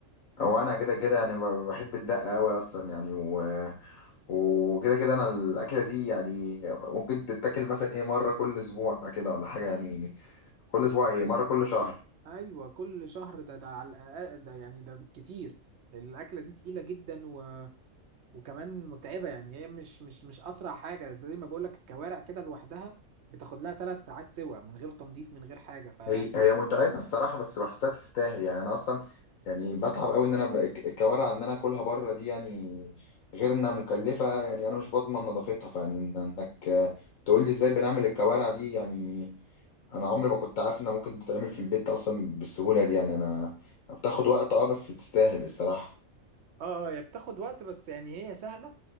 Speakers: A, on the left (about 75°); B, on the right (about 60°).
A: هو انا كده كده يعني ب- بحب الدقه قوي اصلا يعني و... وكده كده انا الاكله دي يعني ممكن تتاكل مثلا ايه مره كل اسبوع كده ولا حاجه يعني كل اسبوع ايه
B: عليك
A: مره كل شهر
B: ايوه كل شهر ده ده على الاقل ده يعني ده بالكتير الاكلة دي تقيلة جدا و... وكمان متعبة يعني هي مش مش مش اسرع حاجة زي ما بقولك الكوارع كده لوحدها بتاخد لها ثلاث ساعات سوا من غير تنظيف من غير حاجة ف
A: هي هي متعبة الصراحة بس بحسها تستاهل يعني أنا أصلا يعني بتعب أوي إن أنا ب- الك- الكوارع إن أنا آكلها بره دي يعني غير إنها مكلفة يعني أنا مش بضمن نظافتها فيعني إن- إنك آه، تقول لي إزاي بنعمل الكوارع دي يعني أنا عمري ما كنت عارف إنها ممكن تتعمل في البيت أصلا بالسهولة دي يعني أنا بتاخد وقت أه بس تستاهل الصراحة
B: اه هي بتاخد وقت بس يعني هي سهلة